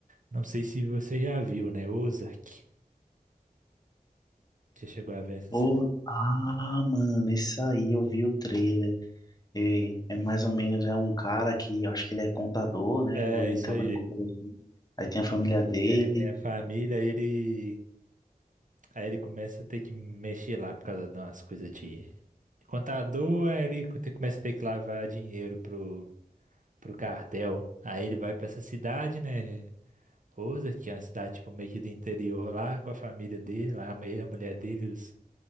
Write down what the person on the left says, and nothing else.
Ô,
ah, mano, esse aí eu vi o trailer. É, é mais ou menos é um cara que eu acho que ele é contador, né?
Ou ele
trabalha
com coisa assim. Aí tem a família dele.